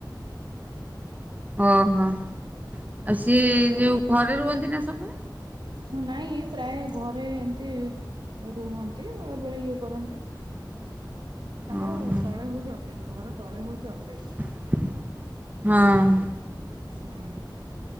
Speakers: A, on the right; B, on the right.
A: ଓହୋ ଆଉ ସିଏ ଯୋଉ ଘରେ ରୁହନ୍ତି ନା ସବୁବେଳେ?
B: ହ ନାଇଁ ପ୍ରାୟ ଘରେ ଏମିତି ରୁହନ୍ତି ବେଳେ ବେଳେ ଇଏ କରନ୍ତି। ତାଙ୍କର
A: ଓହୋ
B: ତଳେ ହଉଛି ଅଫିସ୍ ଘର ତଳେ ହଉଛି ଅଫିସ୍
A: ହଁ।
B: ହୁଁ